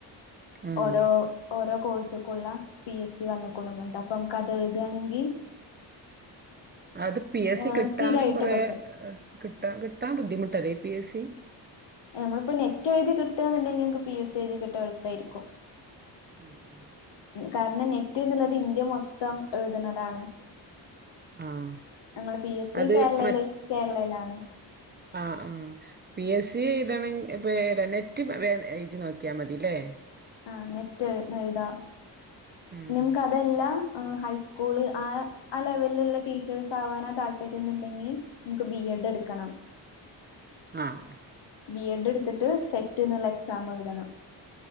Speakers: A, on the right; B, on the left.
A: ആഹ്
B: ഓരോ ഓരോ കോഴ്സുക്കുള്ള പി എസ് സി വന്ന്ക്ക്ണു പണ്ട് അപ്പൊ അമക്ക് അത് എഴുതയാണെങ്കി
A: അത് പി എസ് സി
B: ഏഹ്
A: കിട്ടാനും
B: സ്ഥിരായിട്ട്
A: കൊറേ
B: കിട്ടും.
A: ഏ കിട്ടാ കിട്ടാൻ ബുദ്ധിമുട്ടല്ലെ ഈ പി എസ് സി?
B: നമ്മള്പ്പം നെറ്റ് എഴ്തി കിട്ടാന്ന്ണ്ടെങ്കി ക്ക് പി എസ് സി എഴ്തികിട്ടാ എള്പ്പായ്രിക്കും
A: ഉം ആഹ്
B: കാരണം നെറ്റ് എന്നുള്ളത് ഇന്ത്യ മൊത്തം എഴുതുന്നതാണ്.
A: ആഹ്
B: അമ്മള് പി എസ് സി
A: അത്
B: കേരളെല്
A: മറ്റ്
B: കേരളേലാണ്.
A: ആഹ് ആഹ് പി എസ് സി എഴുതെണെങ്ക് പെ ഏഹ് നെറ്റ് വേം എഴ്തി നോക്ക്യാ മതി ലേ?
B: ആഹ് നെറ്റ് എഴ് എഴുതാ
A: ഉം
B: നിമ്ക്ക് അതല്ല ഹൈസ്കൂള് ആഹ് ആ ലെവല്ല്ള്ള ടീച്ചേഴ്സ് ആവാനാതാല്പര്യംന്ന്ണ്ടെങ്കി നമ്ക്ക് ബി എഡ് എടുക്കണം.
A: ആഹ്
B: ബി എഡ് ട്ത്ത്ട്ട് സെറ്റ്ന്ന്ള്ളെ എക്സാമ്ഴ്തണം